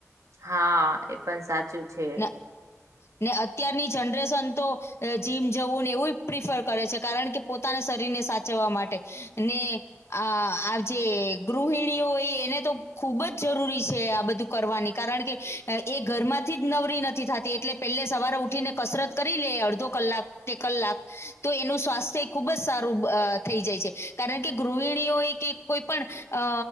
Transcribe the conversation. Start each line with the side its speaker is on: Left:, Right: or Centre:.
Right: હા એ પણ સાચું છે.
Left: <inaudible> ને અત્યારની જનરેશન તો અ જીમ જવું ને એવુંય પ્રિફર કરે છે કારણ કે પોતાના શરીરને સાચવવા માટે ને આ આ જે ગૃહિણીઓ હોય એને તો ખુબ જ જરૂરી છે આ બધું કરવાની કારણ કે એ ઘરમાં થી જ નવરી નથી થાતી એટલે પેલે સવારે ઉઠીને કસરત કરી લે અડધો કલાક કે કલાક તો એનું સ્વાસ્થ્ય એ ખૂબ જ સારું અ થઈ જાય છે કારણ કે ગૃહિણીઓ કે કોઈ પણ અ